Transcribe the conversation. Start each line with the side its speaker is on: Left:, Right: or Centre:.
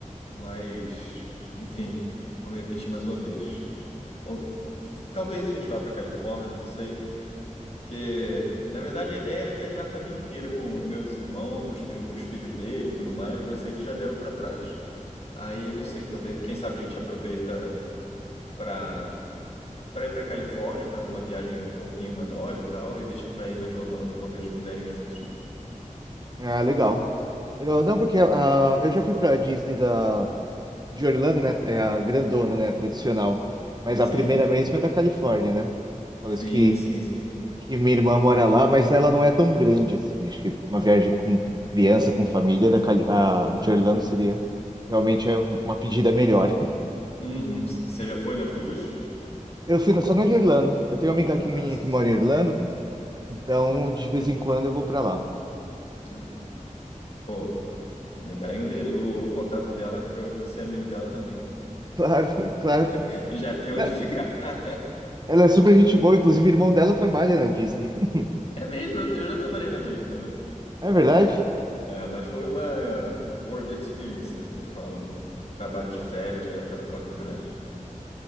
Left: Mas, enfim, vamos repetir mais uma vez. Ou t- talvez a gente vá pra Califórnia, não sei. Porque, na verdade, a ideia era viajar a família inteira com os meus irmãos, os primos, os filhos dele, e tudo mais, mas eles já deram pra trás. Aí, não sei, talvez, quem sabe a gente aproveita pra para ir pra Califórnia, fazer uma viagem um pouquinho menor e tal, e deixa pra ir na de Orlando quando eles puderem juntos, né?
Right: Ah, legal. Legal. Não, porque ah, eu já fui pra Disney da, de Orlando, né? É a grandona, né? A tradicional. Mas
Left: Sim,
Right: a primeira mesmo é da Califórnia, né? Eu falo
Left: sim,
Right: isso que,
Left: sim, sim.
Right: que minha irmã mora lá, mas ela não é tão grande assim. Acho que uma viagem com criança, com família, da Cali, a de Orlando seria realmente é uma pedida melhor.
Left: Uhum. Você já foi nas duas?
Right: Eu fui no- só na de Irlanda. Eu tenho uma amiga que,
Left: Ah,
Right: minha
Left: sim,
Right: que mora
Left: sim.
Right: em Irlanda, então de vez em quando eu vou pra lá.
Left: Ah. Pô, me dá aí um dele, o contato dela, que pra eu ser amigo dela também.
Right: Claro, <laughs> claro.
Left: <laughs> Já tem onde
Right: É,
Left: ficar. <laughs>
Right: Ela é super gente boa, inclusive o irmão dela trabalha na Disney. <laughs>
Left: É mesmo, eu, eu já trabalhei na Disney também.
Right: É verdade?
Left: É, mas foi uma work experience, né? Como falam. Trabalho de férias na época da faculdade.